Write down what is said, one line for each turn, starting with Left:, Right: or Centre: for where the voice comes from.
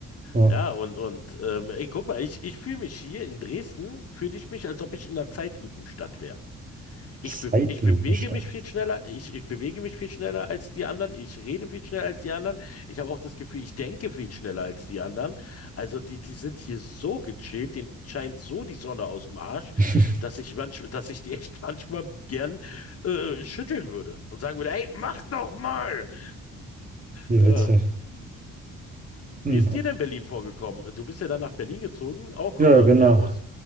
Right: Ja.
Left: Ja, und, und ähm, ey, guck mal, ich, ich fühle mich hier in Dresden, fühle ich mich, als ob ich in einer Zeitlupenstadt wäre. Ich,
Right: Zeitlupenstadt.
Left: be ich bewege mich viel schneller, ich, ich bewege mich viel schneller als die anderen, ich rede viel schneller als die anderen. Ich habe auch das Gefühl, ich denke viel schneller als die anderen. Also die, die sind hier so gechillt, denen scheint so die Sonne aus dem Arsch,
Right: <laughs>
Left: dass ich manch, dass ich die echt <laughs> manchmal gern äh, schütteln würde und sagen würde, ey, mach doch mal! <laughs>
Right: Wie
Left: Ja.
Right: witzig. Hm.
Left: Wie ist dir denn Berlin vorgekommen? Du bist ja dann nach Berlin gezogen, auch
Right: Ja,
Left: äh,
Right: genau.
Left: ja aus,